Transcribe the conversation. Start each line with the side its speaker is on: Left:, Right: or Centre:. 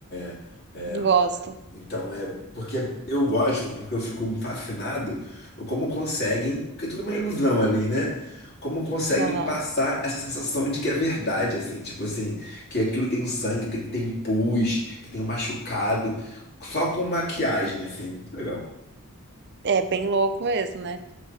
Left: É, é,
Right: Gosto.
Left: Então é porque eu gosto, porque eu fico fascinado o como conseguem, porque tudo é uma ilusão ali, né? Como conseguem
Right: Aham.
Left: passar essa sensação de que é verdade, assim, tipo assim, que aquilo tem um sangue, tem que tem pus, que tem um machucado, só com maquiagem, assim, muito legal.
Right: É bem louco mesmo, né?